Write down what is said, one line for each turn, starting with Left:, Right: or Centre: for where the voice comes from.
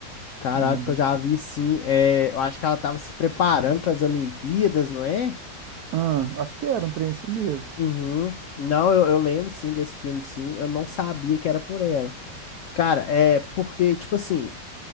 Left: Cara,
Right: Hum.
Left: eu acho que eu já vi sim. É, eu acho que ela tava se preparando para as Olimpíadas, não é?
Right: Ah, acho que era um trem assim mesmo.
Left: Uhum. Não, eu, eu lembro sim desse filme, sim. Eu não sabia que era por ela. Cara, é porque, tipo assim,